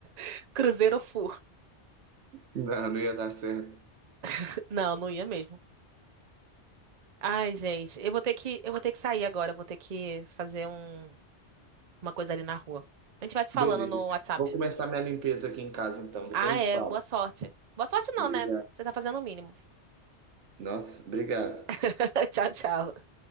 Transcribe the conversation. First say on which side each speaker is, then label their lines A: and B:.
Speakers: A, on the right; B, on the right.
A: <laughs> Cruzeiro ou Fur.
B: não, não ia dar certo.
A: <laughs> Não, não ia mesmo. Ai, gente, eu vou ter que, eu vou ter que sair agora, eu vou ter que fazer um, uma coisa ali na rua. A gente vai se
B: Beleza.
A: falando no WhatsApp.
B: Vou começar minha limpeza aqui em casa, então. Depois
A: Ah,
B: a
A: é.
B: gente fala.
A: Boa sorte. Boa sorte não,
B: Obrigado.
A: né? Você tá fazendo o mínimo.
B: Nossa, obrigado.
A: <laughs> Tchau, tchau.